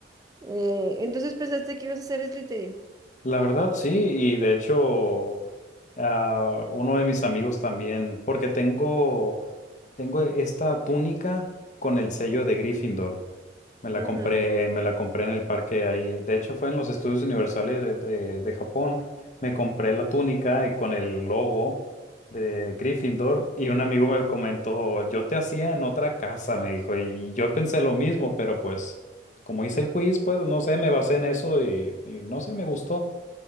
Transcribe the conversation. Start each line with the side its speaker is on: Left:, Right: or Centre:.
Right: Eh, entonces pensaste que ibas a hacer Slytherin.
Left: La verdad, sí, y de hecho, ah, uno de mis amigos también, porque tengo, tengo esta túnica con el sello de Gryffindor. Me la
Right: Ajá.
Left: compré, me la compré en el parque ahí. De hecho, fue en los estudios universales de, de- de Japón. Me compré la túnica y con el logo de Gryffindor y un amigo me comentó, yo te hacía en otra casa, me dijo, y yo pensé lo mismo, pero pues como hice el quiz, pues no sé, me basé en eso y, y no sé, me gustó.